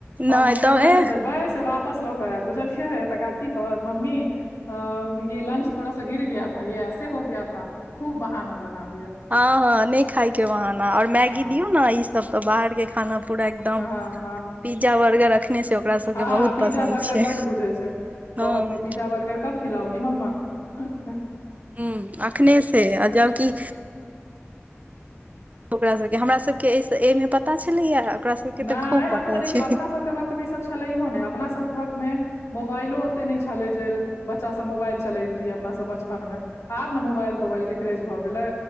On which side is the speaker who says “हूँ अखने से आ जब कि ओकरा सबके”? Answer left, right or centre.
Right